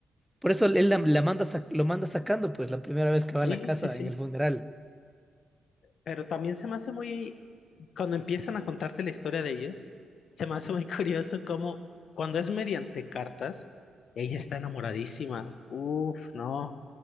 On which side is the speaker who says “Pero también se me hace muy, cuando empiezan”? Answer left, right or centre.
Left